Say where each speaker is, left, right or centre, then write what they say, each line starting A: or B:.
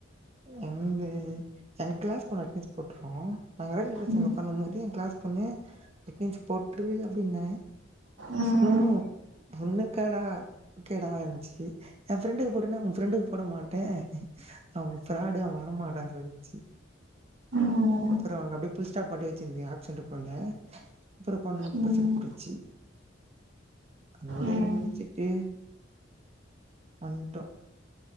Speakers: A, on the right (about 35°); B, on the right (about 80°).
A: வந்து எங்க கிளாஸ்க்கு ஒரு அட்னெஸ் போட்டுருவோ நாங்க ரயில்வே ஸ்டேஷன்ல
B: ம்
A: உக்கான்னுக்கும் போது என் கிளாஸ் பெண்ணு அட்னெஸ் போட்டுரு அப்டின்னே
B: ம்
A: ஸ்லோ உனக்காடா ஓக்கேடான்ச்சி என் ஃப்ரெண்டுக்கு போட்டேன்னா உன் ஃப்ரெண்டுக்கு போட மாட்டே அவன் பிராடு அவ வரமாட்டா சொல்லிச்சி
B: ம்
A: அப்புறோ அவனுக்கு அப்டியே ஃபுல் ஸ்டாப் மட்டு வச்சிருந்து ஆப்சண்ட் போட்ல அப்புறோ போனவுடனே
B: ம்
A: பிரசெண்ட் போட்டிருச்சி அங்க ஒரே
B: ம்.
A: முடிச்சிட்டு வன்டோ